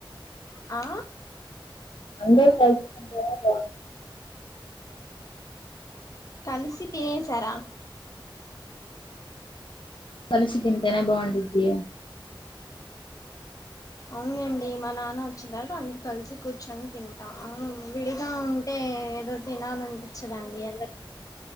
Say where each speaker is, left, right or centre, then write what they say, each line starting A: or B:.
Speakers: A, on the left; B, on the left.
A: ఆ
B: అందరూ కలిసుకుంటేనే బాగుంటుంది
A: కలిసి తినేసారా
B: కలిసి తింటేనే బాగుండిది అని
A: అవునండి మా నాన్న వచ్చిన తర్వాత అందరు కలిసి కూర్చొని తింటాం అవును విడిగా ఉ టే ఏదో తినాలనిపించదండి అందర్